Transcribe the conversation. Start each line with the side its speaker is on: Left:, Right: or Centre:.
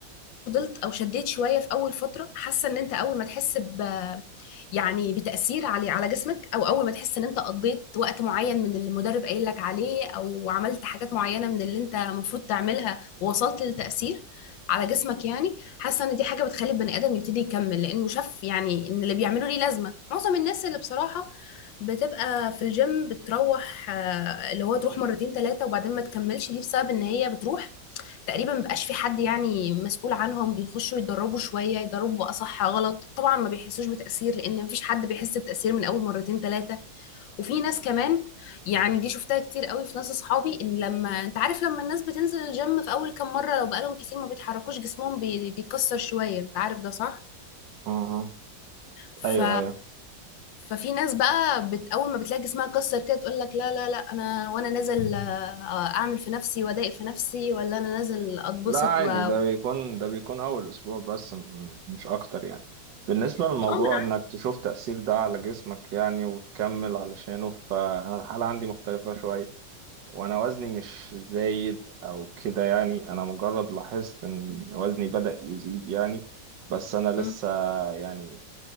Left: فضلت او شديت شويه في اول فتره حاسه ان انت اول ما تحس ب يعني بتاثير على على جسمك او اول ما تحس ان انت قضيت وقت معين من اللي المدرب قايل لك عليه او عملت حاجات معينه من اللي انت المفروض تعملها ووصلت للتاثير على جسمك يعني حاسه ان دي حاجه بتخلي البني ادم يبتدي يكمل لانه شاف يعني ان اللي بيعمله ليه لازمه معظم الناس اللي بصراحه بتبقى في الجيم بتروح آه، اللي هو تروح مرتين ثلاثه وبعدين ما تكملش دي بسبب ان هي بتروح تقريبا مبقاش في حد يعني مسؤول عنهم بيخشوا يتدربوا شوية يدربوا بقى صح غلط طبعا ما بيحسوش بتأثير لأن مفيش حد بيحس بتأثير من أول مرتين ثلاثة وفي ناس كمان يعني دي شفتها كتير قوي في ناس أصحابي إن لما أنت عارف لما الناس بتنزل الجيم في أول كام مرة لو بقالهم كتير ما بيتحركوش جسمهم بي... بيكسر شوية أنت عارف ده صح؟
Right: اها
Left: ف
Right: ايوه ايوه
Left: ففي ناس بقى بت... اول ما بتلاقي جسمها اتكسر كده تقول لك لا لا لا انا وانا نازل آه، اعمل في نفسي وادايق في نفسي ولا انا نازل اتبسط
Right: لا عادي
Left: و... اه
Right: ده بيكون ده بيكون أول أسبوع بس م- مش أكتر يعني بالنسبة للموضوع
Left: ما انا
Right: إنك تشوف تأثير ده على جسمك يعني وتكمل علشانه فأنا الحالة عندي مختلفة شوية وانا وزني مش زايد او كده يعني انا مجرد لاحظت ان وزني بدأ يزيد يعني بس انا
Left: عارفة.
Right: لسه يعني